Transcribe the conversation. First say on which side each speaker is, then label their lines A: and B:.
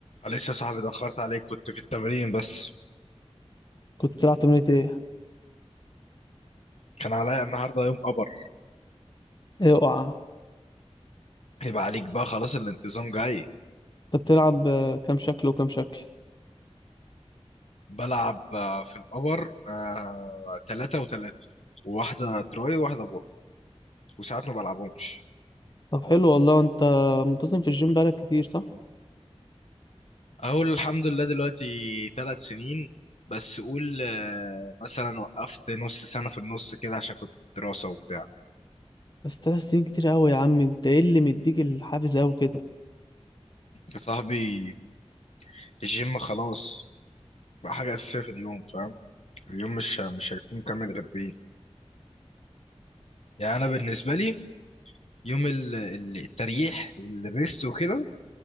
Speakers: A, on the left; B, on the left.
A: معلش يا صاحبي اتأخرت عليك كنت في التمرين بس
B: كنت بتلعب تمرينة ايه؟
A: كان عليا النهارده يوم قبر
B: ايه اوعى
A: يبقى عليك بقى خلاص الانتظام جاي
B: انت بتلعب آه، كام شكل وكام شكل
A: بلعب آه، في القبر آه، تلاتة وتلاتة وواحدة تراي وواحدة بولت وساعات ما بلعبهمش
B: طب حلو والله انت منتظم في الجيم بقالك كتير صح؟
A: أقول الحمد لله دلوقتي تلات سنين بس قول آه، مثلا وقفت نص سنة في النص كده عشان كنت دراسة وبتاع
B: بس تلات سنين كتير قوي يا عم انت ايه اللي مديك الحافز قوي كده؟
A: يا صاحبي الجيم خلاص بقى حاجة أساسية في اليوم فاهم اليوم مش مش هيكون كامل غير بيه يعني أنا بالنسبة لي يوم ال- ال- التريح الريست وكده